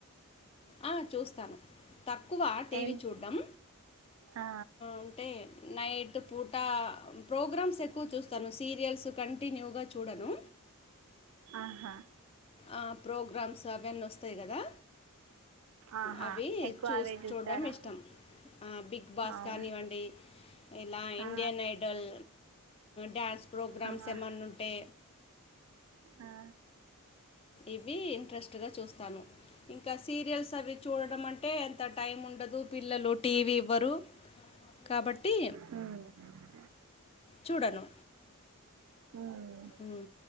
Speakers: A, on the left; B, on the right.
A: ఆ చూస్తాను తక్కువ టీవీ
B: ఏం
A: చూడడం
B: ఆ!
A: అంటే నైట్ ద పూట్ టా ప్రోగ్రామ్స్ ఎక్కువ చూస్తాను సీరియల్స్ కంటిన్యూగ చూడను
B: ఆహా
A: ఆ ప్రోగ్రామ్స్ అవన్నీ వస్తయి కదా
B: ఆహా
A: అవి
B: ఎక్కువ
A: చూ
B: అవే చూస్తారా
A: చూడడం ఇష్టం ఆ బిగ్ బాస్
B: అవును
A: కానివ్వండి ఇలా ఇండియన్
B: ఆ!
A: ఐడల్ డ్యాన్స్ ప్రోగ్రామ్స్
B: ఆ!
A: ఏమనుంటె
B: ఆ!
A: ఇవీ ఇంట్రెస్ట్గా చూస్తాను ఇంకా సీరియల్స్ అవి చూడడం అంటే ఎంత టైం ఉండదు గు పిల్లలు టీ వీ ఇవ్వరు కాబట్ టీ
B: హ్మ్.
A: చూడను
B: హ్మ్.
A: ఊ